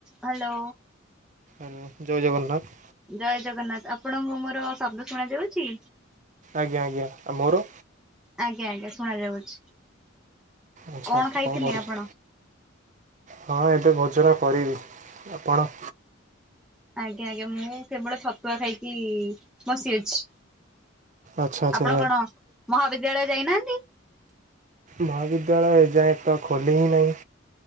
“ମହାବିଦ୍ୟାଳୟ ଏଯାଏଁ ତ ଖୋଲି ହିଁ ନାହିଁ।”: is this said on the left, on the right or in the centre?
Right